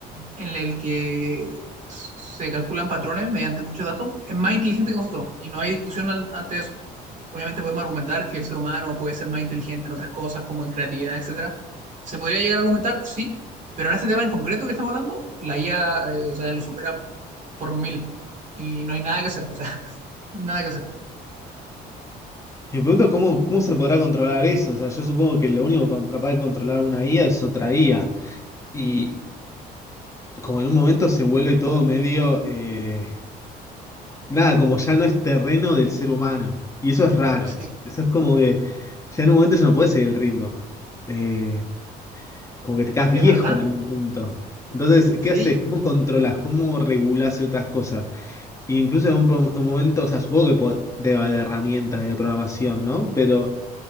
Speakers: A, on the right; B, on the left.
A: en el que se calculan patrones mediante muchos datos, es más inteligente que nosotros y no hay discusión al- ante eso. Obviamente podemos argumentar que el ser humano puede ser más inteligente en otras cosas, como en creatividad, etcétera. ¿Se podría llegar a argumentar? Sí, pero en este tema en concreto que estamos hablando, la IA, eh, o sea, lo supera por mil y no hay nada que hacer, o sea, <laughs> nada que hacer.
B: Y me pregunto cómo, cómo se podrá controlar eso. O sea, yo supongo que lo único ca- capaz de controlar una IA es otra IA. Y como en un momento se vuelve todo medio... eh, nada, como ya no es terreno del ser humano. Y eso es raro.
A: Sí,
B: Eso es como que ya en un momento ya no puede seguir el ritmo. Eh, Como que te quedas viejo
A: es verdad.
B: en algún punto. Entonces,
A: Sí.
B: ¿qué haces? ¿Cómo controlas? ¿Cómo regulas ciertas cosas? E incluso en un, pro- un momento, o sea, supongo que po- debe haber herramientas de programación, ¿no? Pero